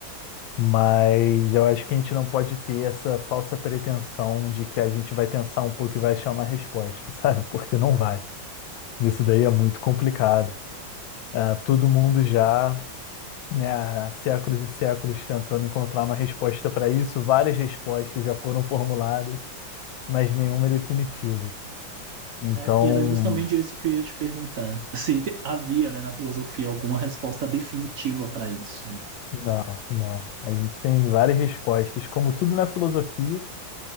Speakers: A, on the left; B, on the right.
A: Mas eu acho que a gente não pode ter essa falsa pretensão de que a gente vai pensar um pouco e vai achar uma resposta, <laughs> sabe? Porque não vai. Isso daí é muito complicado. Ah, todo mundo já, né, há séculos e séculos tentando encontrar uma resposta para isso, várias respostas já foram formuladas, mas nenhuma é definitiva. Então,
B: É, e era justamente isso que eu ia te perguntar. <laughs> Se havia, né, na filosofia alguma resposta definitiva para isso.
A: não, não. A gente tem várias respostas, como tudo na filosofia,